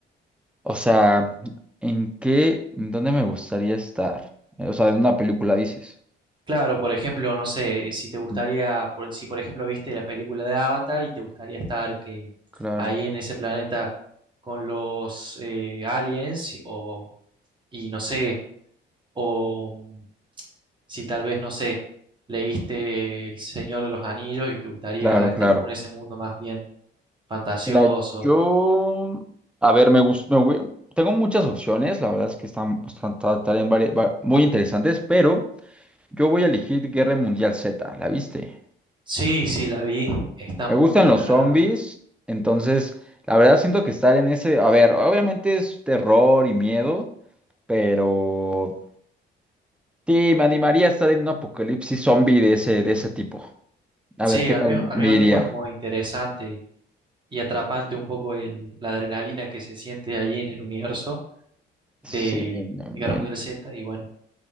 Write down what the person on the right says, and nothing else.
Claro, por ejemplo, no sé, si te gustaría,
por- si por ejemplo viste la película de Avatar y te gustaría estar que
ahí en ese planeta con los eh, aliens o y no sé, o mm, si tal vez no sé, leíste El Señor de los Anillos y te gustaría
estar
como en ese mundo más bien fantasioso.
Sí, sí, la vi. Está
muy
buena,
la
verdad.
Sí,
al
mismo, al
mismo
tiempo es como interesante y, y atrapante un poco el, la adrenalina que se siente allí en el universo
de
Guerra Mundial Z. Y bueno,